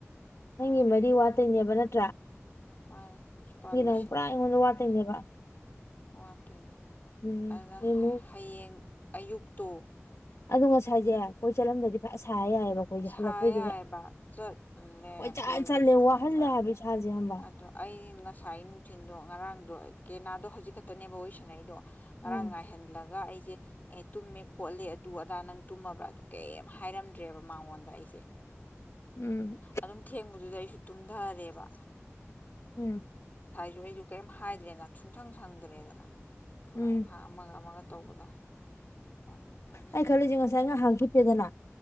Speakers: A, on the left; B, on the left.
A: ꯅꯪꯒꯤ
B: ꯑꯥ
A: ꯃꯔꯤ ꯋꯥꯠꯇꯣꯏꯅꯦꯕ ꯅꯠ
B: ꯃꯥꯅꯦ ꯄꯨꯁꯄꯥ ꯂꯣꯏꯁꯤꯟꯈ꯭ꯔꯅ
A: ꯑꯃꯨꯛ ꯄꯨꯔꯥ ꯑꯩꯉꯣꯟꯗ ꯋꯥꯠꯇꯣꯏꯅꯦꯕ
B: ꯋꯥꯠꯇꯣꯏꯅꯦ
A: ꯎꯝ
B: ꯑꯗꯨꯅ
A: ꯔꯦꯅꯨ
B: ꯍꯌꯦꯡ ꯑꯌꯨꯛꯇꯣ
A: ꯑꯗꯣ ꯉꯁꯥꯏꯁꯦ ꯀꯣꯏ ꯆꯠꯂꯝꯗꯗꯤ ꯐꯖ ꯁꯥ ꯌꯥꯏꯑꯕ ꯑꯩꯈꯣꯏꯁꯦ
B: ꯁꯥ
A: ꯍꯜꯂꯛꯄꯩꯗꯨꯗ
B: ꯌꯥꯏꯕ ꯆꯠꯂꯦ
A: ꯀꯣꯏ ꯆꯠ
B: ꯀꯣꯏꯕꯁꯨ
A: ꯆꯠꯂꯦ
B: ꯑꯃꯨꯛꯀ
A: ꯋꯥꯍꯜꯂꯦ ꯍꯥꯏꯕ ꯏꯁꯥꯁꯦ ꯈꯪꯕ꯭ꯔꯥ
B: ꯑꯗꯣ ꯑꯩ ꯉꯁꯥꯏ ꯅꯨꯡꯊꯤꯟꯜꯗꯣ ꯉꯔꯥꯡꯗꯣ ꯀꯦꯅꯥꯗꯣ ꯍꯧꯖꯤꯛ ꯈꯛꯇꯅꯦꯕ ꯋꯥꯔꯤ ꯁꯅꯩꯗꯣ꯫ ꯉꯔꯥꯡ
A: ꯎꯝ
B: ꯉꯥꯏꯍꯜꯂꯒ ꯑꯩ ꯖꯦ ꯑꯦ ꯇꯨꯝꯃꯦ ꯈꯣꯠꯂꯦ ꯑꯗꯨ ꯑꯗꯥ ꯅꯪ ꯇꯨꯝꯃꯕ꯭ꯔ ꯑꯗꯨ ꯀꯩ ꯍꯥꯏꯔꯝꯗ꯭ꯔꯦꯕ ꯃꯉꯣꯟꯗ ꯑꯩꯁꯦ
A: ꯎꯝ
B: ꯑꯗꯨꯝ ꯊꯦꯡꯕꯗꯨꯗ ꯑꯩꯁꯨ ꯇꯨꯝꯊꯔꯦꯕ꯫
A: ꯎꯝ
B: ꯖꯨꯨ ꯀꯩꯁꯨ ꯀꯩꯝ ꯍꯥꯏꯗ꯭ꯔꯦꯅ ꯁꯨꯡꯁꯪ ꯁꯪꯗ꯭ꯔꯦꯗꯅ꯫ ꯊꯕꯛ
A: ꯎꯝ
B: ꯏꯡꯈꯥꯡ ꯑꯃꯒ ꯑꯃꯒ ꯇꯧꯕꯗ ꯑꯗꯨꯗ
A: ꯑꯩ ꯈꯜꯂꯤꯁꯦ ꯉꯁꯥꯏ ꯉꯍꯥꯡ ꯈꯤꯞꯄꯦꯗꯅ